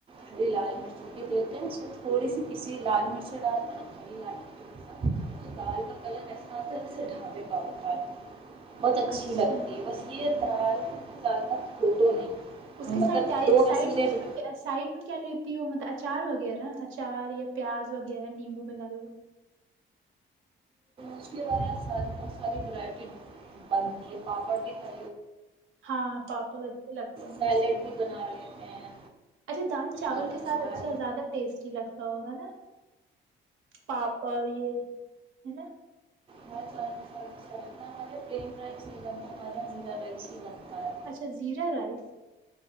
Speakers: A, on the right; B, on the right.
A: تھوڑی لال مرچوں کی دیتے ہیں اس میں تھوڑی سی کسی لال مرچ ڈال د نا تھوڑی لال مچ دال کا کلر ایسا آتا ہے ان سے ڈھانابے کا ہوتا ہے بہت اچھی
B: اچھا
A: لگتی ہے بس یہ سال زیادہ بوٹو نہیں
B: اس کے سائڈ
A: مطلب دو ویسل
B: سائ
A: دے دو
B: سائڈ میں کیا لیتی ہو ملبچ اچار وغیرہ اچار یا پیاز وغیرہ نیمبو میں لگو گے
A: اس کے بارے میں آ بہت ساری ورائٹی بنتی ہے پاپڑ بھی خے
B: ہاں پاپ اچھے لگتے ہوں
A: سیلیڈ
B: گے اس کے ساتھ
A: بھی بنا لیتے ہیں
B: اچھا دال چاول
A: اور
B: کے
A: اچار
B: ساتھ اچھا زیادہ ٹیسٹی لگتا ہوگا نا پاپ یہ نا
A: ب سب اچھا لگتا ہمارے پل رائس نہیں بنتا ہمارا ہا رائس ہی بنتا ہے
B: اچھا زیرا رائس